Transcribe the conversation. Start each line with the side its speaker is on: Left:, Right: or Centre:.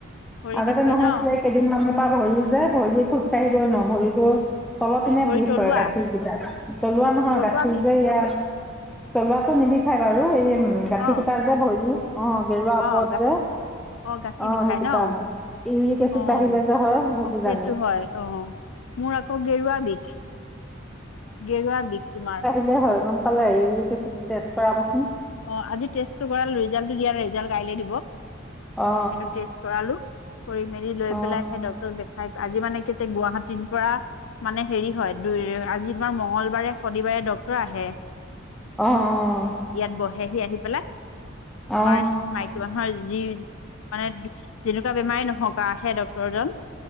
Left: ভৰি
Centre: আগতে
Left: বিষ হয়
Centre: নহৈছিলে
Left: ন
Centre: এই কেইদিনমান <unintelligible> ভৰিৰ যে ভৰিয়ে খোজকাঢ়িবই নোৱাৰোঁ ভৰিটো তলৰ পিনে
Left: ভৰি
Centre: বিষ
Left: তলুৱা
Centre: হয় গাঁঠি বিলাক তলোৱা নহয়,
Left: তলুৱা
Centre: গাঁঠি
Left: বিষ
Centre: যে এইয়া তলোৱাটো নিবিষায় বাৰু এই গাঁঠি
Left: অ
Centre: কেইটা যে ভৰিৰ অ' গেৰুৱা ওপৰত
Left: অ গাঁঠি
Centre: যে অ'
Left: গাঁঠি বিষাই
Centre: সেইকেইটা
Left: ন
Centre: হয় ইউৰিক এচিড
Left: অ
Centre: বাঢ়িলে যে হয় সেই
Left: সেইটো
Centre: কিজানি-
Left: হয় অ মোৰ আকৌ গেৰুৱা বিষ, গেৰুৱা বিষ তোমাৰ।
Centre: সেয়ে হয় গম পালা ইউৰিক এচিড টেষ্ট কৰাবাচোন।
Left: অ'আজি টেষ্টটো কৰালো ৰিজাল্টটো দিয়া নাই ৰিজাল্ট কাইলে দিব।
Centre: অ
Left: ত' সেইটো টেষ্ট কৰালো কৰি মেলি লৈ
Centre: অ
Left: পেলাই সে ডক ডক্টৰক দেখাইছো আজি মানে কি হৈছে গুৱাহাটীৰ পৰা মানে হেৰি হয় দুই আজি তোমাৰ মংগলবাৰে, শনিবাৰে ডক্টৰ আহে
Centre: অ'অ'
Left: ইয়াত বহেহি আহি পেলাই
Centre: অ অ
Left: আমাৰ মাইকী মানুহৰ যি মানে যেনেকুৱা বেমাৰেই নহ ঘৰৰপৰা আহে ডক্তৰ জন